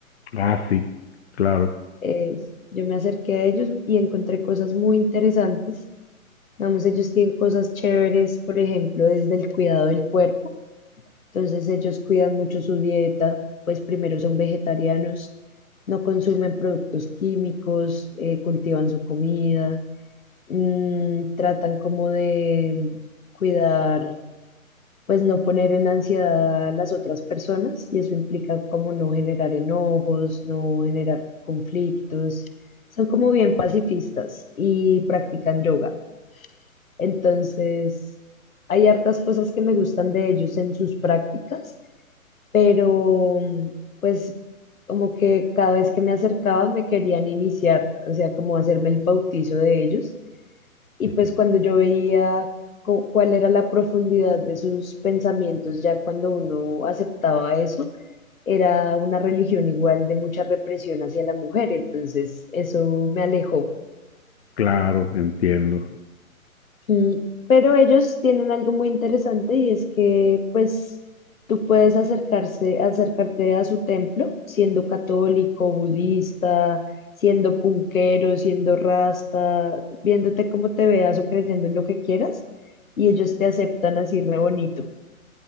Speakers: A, on the left; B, on the left.
A: Ah, sí, claro.
B: Eh, yo me acerqué a ellos y encontré cosas muy interesantes. Digamos, ellos tienen cosas chéveres, por ejemplo, desde el cuidado del cuerpo. Entonces ellos cuidan mucho su dieta, pues primero son vegetarianos, no consumen productos químicos, eh, cultivan su comida mm, tratan como de cuidar, pues no poner en ansiedad a las otras personas y eso implica como no generar enojos, no generar conflictos. Son como bien pacifistas y practican yoga. Entonces, hay hartas cosas que me gustan de ellos en sus prácticas, pero mm, pues como que cada vez que me acercaba me querían iniciar, o sea, como hacerme el bautizo de ellos. Y
A: Ujú.
B: pues cuando yo veía cu- cuál era la profundidad de sus pensamientos, ya cuando uno aceptaba eso, era una religión igual de mucha represión hacia la mujer. Entonces eso me alejó.
A: Claro, entiendo.
B: Mm, Pero ellos tienen algo muy interesante y es que pues tú puedes acercarse, acercarte a su templo siendo católico, budista, siendo punquero, siendo rasta, viéndote como te veas o creyendo en lo que quieras y ellos te aceptan así re bonito.